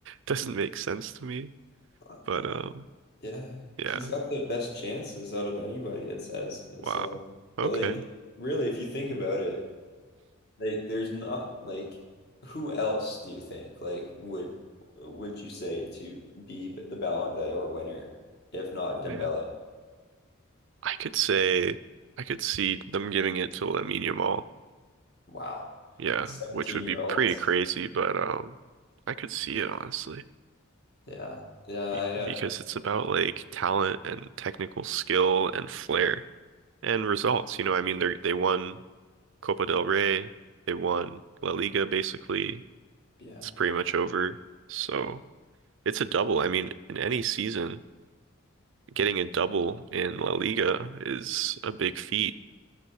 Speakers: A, on the right; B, on the left.
A: Doesn't make sense to me.
B: I,
A: But um
B: I, yeah.
A: yeah.
B: He's got the best chances out of anybody, it says.
A: Wow.
B: So,
A: Okay,
B: but like really, if you think about it, Like, there's not like who else do you think like would would you say to be b- the Ballon d'Or winner if not
A: man.
B: Dembele?
A: I could say I could see them giving it to Lamine Yamal.
B: Wow,
A: Yeah,
B: 17
A: which would
B: year
A: be pretty
B: olds.
A: crazy, but um I could see it honestly
B: Yeah, yeah,
A: be
B: yeah,
A: because it's about like talent and technical skill and flair and results. You know, I mean they they won Copa del Rey, they won La Liga basically.
B: yeah,
A: It's pretty much over. So, it's a double. I mean, in any season, getting a double in La Liga is a big feat.